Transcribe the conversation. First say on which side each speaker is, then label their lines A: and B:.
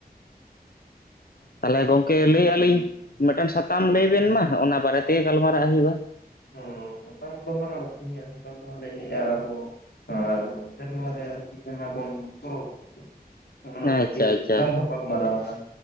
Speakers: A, on the left (about 65°); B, on the left (about 85°).
A: ᱛᱟᱦᱚᱞᱮ ᱜᱚᱝᱠᱮ ᱞᱟᱹᱭ ᱮᱭᱟᱜ ᱞᱤᱧ, ᱢᱤᱫᱴᱟᱝ ᱥᱟᱛᱟᱢ ᱞᱟᱹᱭ ᱵᱮᱱ ᱢᱟ, ᱚᱱᱟ ᱵᱟᱨᱮ ᱛᱮᱜᱮ ᱜᱟᱞᱢᱟᱨᱟᱜ ᱦᱩᱭᱩᱜᱼᱟ ᱾
B: ᱦᱚᱸ ᱥᱟᱨᱟᱢ ᱫᱚ ᱱᱷᱟᱜ ᱤᱧᱟᱜ ᱫᱚᱱᱷᱟᱜ ᱞᱤᱧ ᱞᱟᱹᱭ ᱮᱫᱟ, ᱟᱵᱳ ᱟᱨ ᱥᱮᱨᱢᱟ ᱨᱮᱭᱟᱜ ᱠᱤ ᱡᱟᱦᱟᱸ ᱵᱚᱱ ᱯᱚᱨᱚᱵ
A: <inaudible>
B: ᱚᱱᱟᱠᱚ ᱤᱫᱤ ᱠᱟᱛᱮ
A: ᱟᱪᱪᱷᱟ
B: ᱜᱮᱞᱟᱝ ᱜᱟᱯᱟᱞ ᱢᱟᱨᱣᱟ